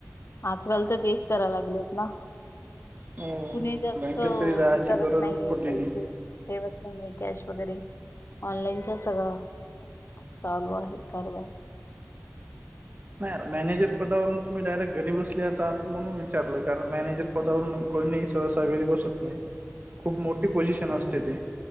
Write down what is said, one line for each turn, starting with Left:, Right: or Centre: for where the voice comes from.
Left: आजकाल तर तेच करायला लागलेत ना
Right: हो
Left: कुणी जास्त
Right: बँकेत
Left: हे
Right: कधी जायची
Left: करत
Right: गरजच
Left: नाहीे
Right: पडली
Left: पैसे
Right: नाही.
Left: तेव नाही कॅश वगैरे ऑनलाईनचा सगळळा चालू आहे कारभार
Right: नाहीर मॅनेजर पदावरून तुम्ही डायरेक्ट घरी बसलेतात. म्हणून विचारलं कारण मॅनेजर पदावरून कोणी नाही सहसा घरी बसत नाही. खूप मोठी पोझिशन असते ते